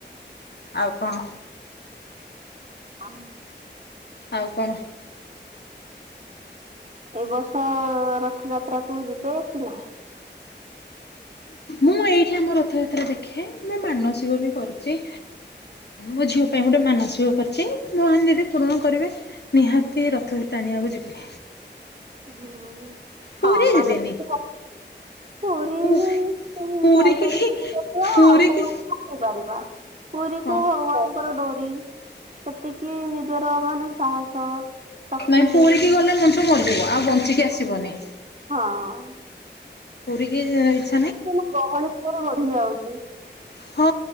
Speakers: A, on the left; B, on the right.
A: ଆଉ କଣ?
B: ଆ
A: ଆଉ କଣ?
B: ଏ ବର୍ଷ ରଥଯାତ୍ରା କୁ ଯିବେ କି ନାହିଁ?
A: ମୁଁ ଏଇଠି ଆମ ରଥଯାତ୍ରା ଦେଖେ ମୁଁ ମାନସିକ ବି କରିଚି। ମୋ ଝିଅ ପାଇଁ ଗୋଟେ ମାନସିକ କରିଛି ଭଗବାନ ଯଦି ପୂରଣ କରିବେ। ନିହାତି ରଥରେ ଟାଣିବାକୁ ଯିବି।
B: ହୁଁ
A: ପୁରୀ
B: ହଁ ମାନସିକ।
A: ଯିବେନି।
B: <unintelligible> ପୁରୀରେ
A: ପୁ ପୁରୀ
B: ଯାଇ
A: କି
B: ଦର୍ଶନ କରିବା
A: ପୁରୀ
B: ଆଉ।
A: କି
B: <unintelligible> ପୁରୀ
A: ହଁ
B: କୁ ଭଗବାନଙ୍କର ଡୋରି ସେତିକି ନିଜର ମାନେ ସାହସ ଶକ୍ତି
A: ନାଇଁ ପୁରୀକି ଗଲେ ମଣିଷ ମରିଯିବ ଆଉ ବଞ୍ଚିକି ଆସିବନି।
B: ହଁ।
A: ପୁରିକି ଯାଇଛି।
B: କିନ୍ତୁ ମୋ ଗହଳି ପୁଅର ବଢିଯାଉଛି।
A: ହଁ